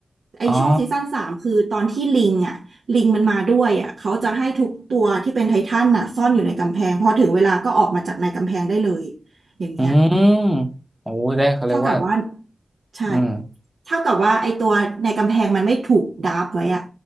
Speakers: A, on the right; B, in the centre.
A: ไอช่วงซีซั่นสามคือตอนที่ลิงอ่ะลิงมันมาด้วยอ่ะเขาจะให้ทุกตัวที่เป็นไททันน่ะซ่อนอยู่ในกำแพงพอถึงเวลาก็ออกมาจากในกำแพงได้เลย
B: อ๋อ
A: อย่างเงี้ย
B: อืมโอ้ได้เขาเรียกว่า
A: เท่ากับว่าใช่
B: อืม
A: เท่ากับว่าไอตัวในกำแพงมันไม่ถูกดาบไว้อะ